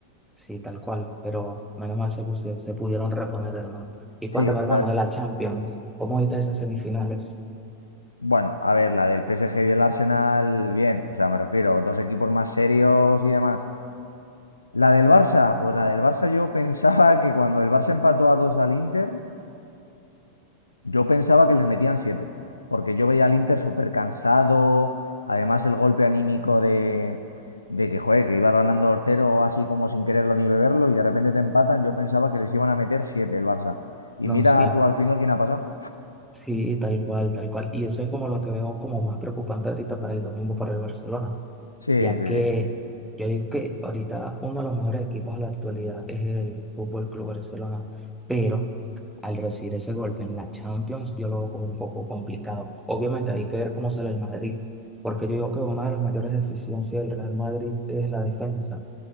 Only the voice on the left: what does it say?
Sí,
la-
Bueno, a ver, la del PSG y el Arsenal, bien, o sea, me refiero, dos equipos más serios y demás. La del Barça, pues la del Barça yo pensaba que cuando el Barça empató a dos al Inter, yo pensaba que les metían siete, porque yo veía al Inter súper cansado, además el golpe anímico de, de que, joder, que ibas ganando 2 cero, así como sin quererlo ni beberlo y de repente te empatan, yo pensaba que les iban a meter siete el Barça. Y mira
tú al final quién ha pasado.
Sí,
sí,
sí.